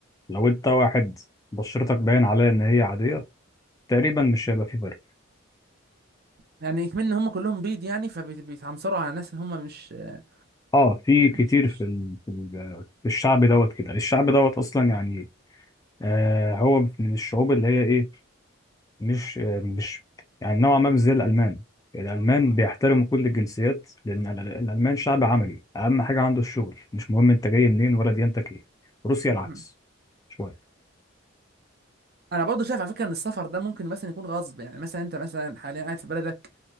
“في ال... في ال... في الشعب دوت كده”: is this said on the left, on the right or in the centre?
Left